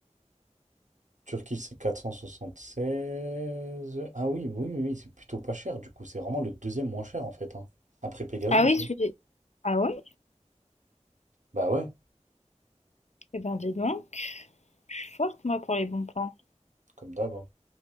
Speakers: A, on the right; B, on the left.
A: Turquie c'est seize. Ah oui, oui, oui, oui, c'est plutôt pas cher du coup, c'est vraiment le deuxième moins cher en fait. hein. Après Pegasus.
B: Ah oui,
A: hein.
B: celui Ah ouais?
A: Bah ouais,
B: Eh ben, dis donc. Je suis forte, moi, pour les bons plans.
A: comme d'hab. hein.